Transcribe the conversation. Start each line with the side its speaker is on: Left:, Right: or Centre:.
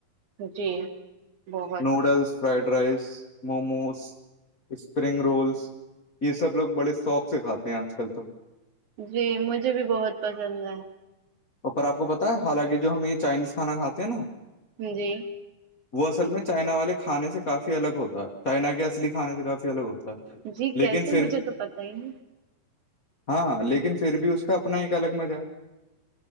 Right: جی بہت
Left: noodles fried rice momos spring rolls یہ سب لوگ بڑے شوق سے کھاتے ہیں آج کل تو
Right: جی مجھے بھی بہت پسند ہے
Left: اوپر آپ کو پتا ہے حالانکہ جو ہم یہ چائنیز کھانا کھے ہیں نا
Right: جی
Left: وہ اصل میں چائنا والے کھانے سے کافی الگ ہوتا ہے چائنا کے اصلی کھانے سے کافی الگ ہوتا ہے
Right: جی کیسے
Left: لیکن پھر
Right: مجھے تو پتا ہی نہیں
Left: ہاں لیکن پھر بھی اس کا اپنا ایک الگ مزہ